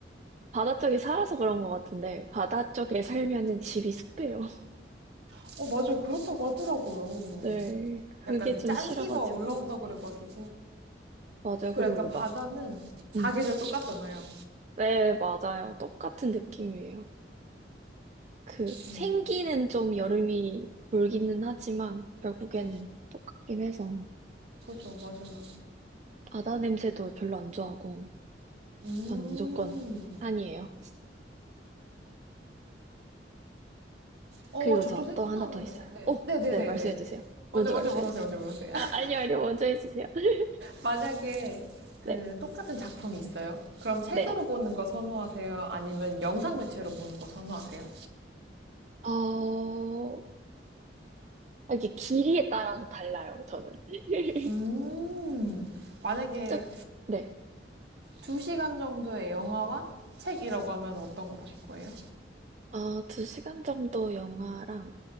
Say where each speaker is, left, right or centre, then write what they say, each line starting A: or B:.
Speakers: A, on the right; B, on the right.
A: 바다 쪽에 살아서 그런 것 같은데, 바다 쪽에 살면은 집이 습해요. <laughs>
B: <laughs> 어, 맞아요. 그렇다고 하더라고요.
A: 네, 그게
B: 약간 그
A: 좀
B: 짠기가
A: 싫어가지고.
B: 올라온다 그래가지고
A: 맞아요.
B: 그리고
A: 그리고
B: 약간 바다는
A: 막,
B: 사계절
A: 음.
B: 똑같잖아요.
A: 네, 맞아요. 똑같은 느낌이에요. 그,
B: 음,
A: 생기는 좀 여름이 돌기는 하지만, 결국에는
B: 네,
A: 똑같긴 해서,
B: 그죠, 맞아요.
A: 바다 냄새도 별로 안 좋아하고,
B: 음.
A: 저는 무조건 산이에요.
B: 어,
A: 그리고
B: 저
A: 저
B: 또 생각나는
A: 또 하나 더 있어요.
B: 거. 네.
A: 오,
B: 네네네네.
A: 네, 말씀해 주세요.
B: 먼저,
A: 먼저
B: 먼저
A: 말씀해
B: 물어보세요,
A: 주세요.
B: 먼저 물어보세요. <laughs>
A: 아, 아니요, 아니요, 먼저 해주세요. <laughs>
B: 만약에 그
A: 네,
B: 똑같은 작품이 있어요? 그럼 책으로
A: 네.
B: 보는 거 선호하세요? 아니면 영상 매체로 보는 거 선호하세요?
A: 어, 아, 이게 길이에 따라서 달라요, 저는. <laughs>
B: 음. 만약에
A: 쭉, 네.
B: 2시간 정도의 영화와 책이라고 하면 어떤 거 보실 거예요?
A: 어, 두 시간 정도 영화랑